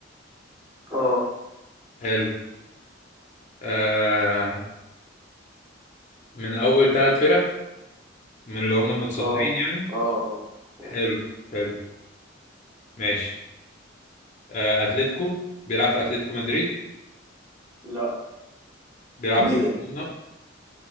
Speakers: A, on the right (about 15°); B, on the left (about 40°).
A: اه
B: حلو آه، من اول ثلاث فرق من اللي هم متصدرين
A: اه
B: يعني
A: اه اه
B: حلو حلو ماشي آه، اتلتيكو بيلعب في اتلتيكو مدريد
A: لا
B: بيلعب
A: <coughs>
B: برشلونة